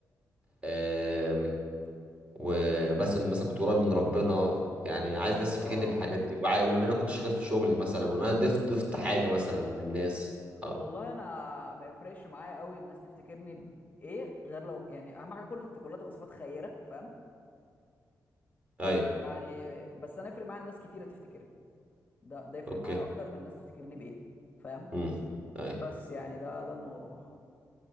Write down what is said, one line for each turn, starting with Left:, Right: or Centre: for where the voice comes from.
Right: أساعد وبس إن مثلا كنت قريب من ربنا يعني عايز الناس تفتكرني
Left: اه
Right: بالحاجات دي وعاي- وان انا كنت شاطر في شغلي مثلا وان انا ضفت ضفت حاجه مثلا للناس او
Left: والله انا ما يفرقش معايا قوي الناس تفتكرني بايه غير لو يعني اهم حاجه كل كلها تبقى صفات خيره فاهم
Right: ايوه
Left: يعني بس انا يفرق معايا الناس كتيره تفتكرني ده ده يفرق
Right: اوكي
Left: معايا اكتر من الناس تفتكرني بايه فاهم
Right: امم ايوه
Left: بس يعني ده ده الموضوع